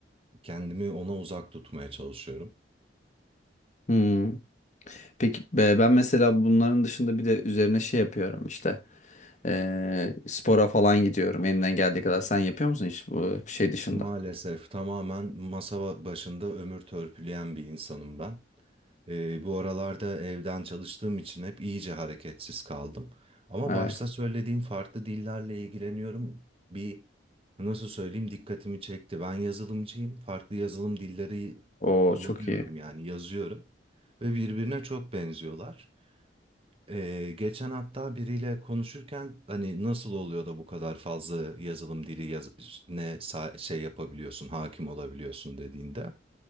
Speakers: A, on the right; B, on the left.
A: Kendimi ona uzak tutmaya çalışıyorum.
B: hı. Peki be- ben mesela bunların dışında bir de üzerine şey yapıyorum işte. Ee, spora falan gidiyorum elimden geldiği kadar. Sen yapıyor musun hiç bu şey dışında?
A: Maalesef tamamen masa ba- başında ömür törpüleyen bir insanım ben. Ee, bu aralarda evden çalıştığım için hep iyice hareketsiz kaldım. Ama
B: Evet.
A: başta söylediğim farklı dillerle ilgileniyorum. Bir nasıl söyleyeyim dikkatimi çekti. Ben yazılımcıyım. Farklı yazılım dilleri
B: O
A: kullanıyorum
B: çok iyi.
A: yani yazıyorum. Ve birbirine çok benziyorlar. Ee, geçen hatta biriyle konuşurken hani nasıl oluyor da bu kadar fazla yazılım dili yaz ne sa- şey yapabiliyorsun, hakim olabiliyorsun dediğinde.